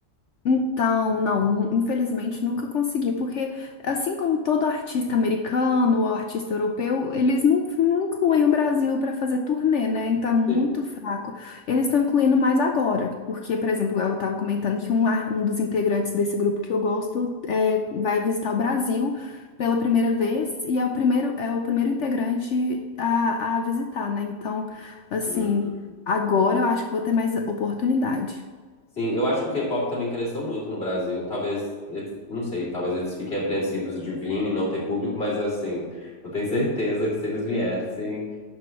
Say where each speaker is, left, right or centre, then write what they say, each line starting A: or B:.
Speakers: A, on the left; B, on the left.
A: Então, não, infelizmente nunca consegui, porque assim como todo artista americano ou artista europeu, eles não, não incluem o Brasil para fazer turnê, né? Então é muito
B: Sim.
A: fraco. Eles estão incluindo mais agora, porque, por exemplo, eu estava comentando que um, ar- um dos integrantes desse grupo que eu gosto é, vai visitar o Brasil pela primeira vez e é o primeiro, é o primeiro integrante a, a visitar, né? Então, assim,
B: Uhum.
A: agora eu acho que vou ter mais oportunidade.
B: Sim, eu acho que o K-pop também cresceu muito no Brasil. Talvez, eles- não sei, talvez eles fiquem apreensivos de vir e não ter público, mas assim, eu tenho certeza que se eles viessem,